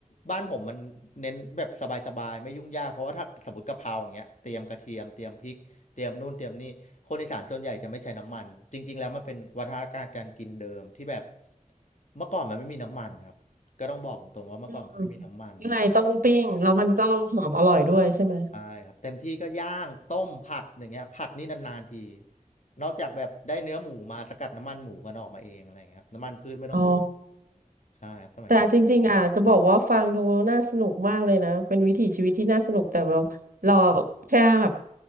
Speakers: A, on the left; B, on the right.
A: บ้านผมมันเน้นแบบสบายๆไม่ยุ่งยากเพราะว่าถ้าสมมติกะเพราอย่างเงี้ยเตรียมกระเทียมเตรียมพริกเตรียมนู่นเตรียมนี่คนอีสานส่วนใหญ่จะไม่ใช้น้ำมันจริงๆแล้วมันเป็นวัฒนธรรมการกินเดิมที่แบบเมื่อก่อนมันไม่มีน้ำมันครับก็ต้องบอกตรงๆว่าเมื่อก่อนมันไม่มีน้ำมัน
B: อืมยังไงต้องปิ้งแล้วมันก็หอมอร่อยด้วยใช่ไหม
A: ใช่ครับเต็มที่ก็ย่างต้มผัดอย่างเงี้ยผัดนี่นานๆทีนอกจากแบบได้เนื้อหมูมาสกัดน้ำมันหมูกันออกมาเองอะไรอย่างเงี้ยครับน้ำมันพืชไม่ต้องพูด
B: อ๋อ
A: ใช่ครับสมัยก่อน
B: แต่จริงๆอ่ะจะบอกว่าฟังดูน่าสนุกมากเลยนะเป็นวิถีชีวิตที่น่าสนุกแต่แบบเราแค่แบบ